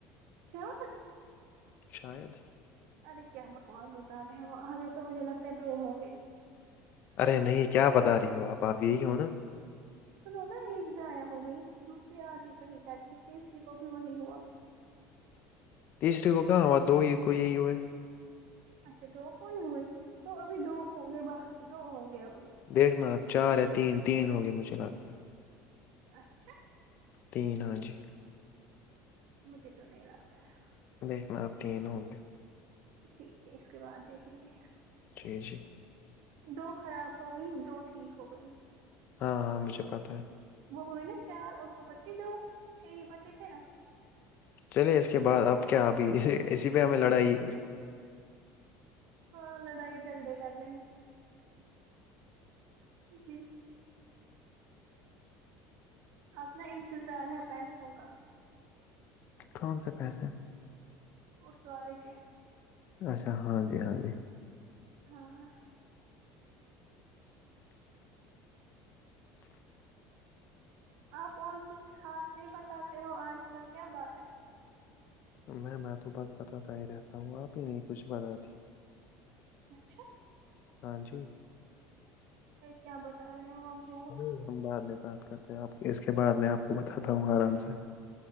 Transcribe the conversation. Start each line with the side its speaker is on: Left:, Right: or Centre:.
Right: چار
Left: شاید
Right: ارے کیا بکواس بتا رہے ہو ہمیں تو مجھے لگتا ہے دو ہوں گے
Left: ارے نہیں کیا بتا رہی ہو آپ آپ یہی ہو نا
Right: سنو نا ایک ضائع ہو گئی دوسری آدھی پہ ہی کاٹی تیسری کو بھی وہی ہوا
Left: تیسری کو کہاں ہو دو ہی کو یہی ہو ہے
Right: اچھا دو کوئی ہوئی تو ابھی دو ہوں گے بس دو ہوں گے ابھی
Left: دیکھنا آپ چار ہے تین تین ہونگے مجھے لگتا ہے
Right: اچھا
Left: تین ہاں جی
Right: مجھے تو نہیں لگتا ہے
Left: دیکھنا آپ تین ہوں گے
Right: ٹھیک ہے اس کے بعد دیکھیں گے
Left: جی جی
Right: دو خراب ہو گئی دو ٹھیک ہو گئی
Left: ہاں ہاں مجھے پتا ہے
Right: وہ ہوئی نا چار اور تو بچے دو چھ ہی بچے تھے نا
Left: چلے اس کے بعد اب کیا ابھی اسی پہ ہمیں لڑائی
Right: ہاں لڑائی جھگڑے کرنے ہیں جی اپنا انتظار ہے پیسوں کا
Left: کون سے پیسے
Right: اس والے کے
Left: اچھا ہاں جی ہاں جی
Right: ہاں آپ اور کچھ خاص نہیں بتااتے ہو آج کل کیا بات ہے
Left: میں میں تو بس بتاتا ہی رہتا ہوں آپ ہی نہیں کچھ بتاتی
Right: اچھا
Left: ہاں جی
Right: کیا بتا رہے ہو آپ جھوٹ
Left: ار ہم بعد میں بات کرتے ہیں آپ اس کے بعد میں آپ کو بتاتا ہوں آرام سے